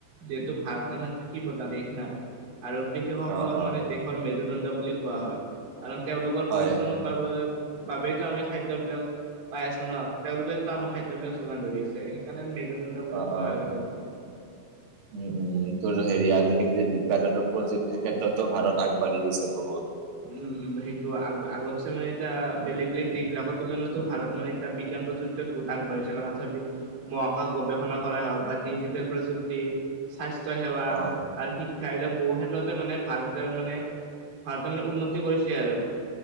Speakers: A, on the right; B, on the right.
A: যিহেতু ভাৰত খন কৃষি প্ৰধান দেশ না। আৰু কৃষকসকলক
B: অ অ
A: মানি দেশৰ মেৰুদণ্ড বুলি কোৱা হয়। কাৰণ তেওঁলোকৰ
B: হয়
A: পৰিশ্ৰমৰ বাবে বাবেইতো আমি খাদ্য বিলাক। পাই আছো ন তেওঁলোকে আমাৰ খাদ্য বিলাক যোগান ধৰি আছে, সেইকাৰণে মেৰুদণ্ড। বুলি
B: অ'
A: কোৱা
B: অ'
A: হয় আৰু তেওঁলোকক।
B: উম, উম। তো হেৰি আজিকালি যে বিজ্ঞান আৰু প্ৰযুক্তিৰ ক্ষেত্ৰতো ভাৰত আগবাঢ়ি গৈছে বহুত।
A: উম, সেইটো আ আগতছে মানে এতিয়া বেলেগ বেলেগ দেশ বিলাকৰ তুলনাতো ভাৰত মানে বিজ্ঞান প্ৰযুক্তিত বহুত আগবাঢ়িছে, কাৰণ চাবি মহাকাশ গৱেষণা কৰা হওঁক বা ডিজিটেল প্ৰযুক্তি সেই স্বাস্থ্য স্বাস্থ্য সেৱা
B: অ
A: আৰু শিক্ষাি এইবিলাক বহু ক্ষেত্ৰতে মানে ভাৰতৰ মানে ভাৰ মানে উন্নতি কৰিছে আৰু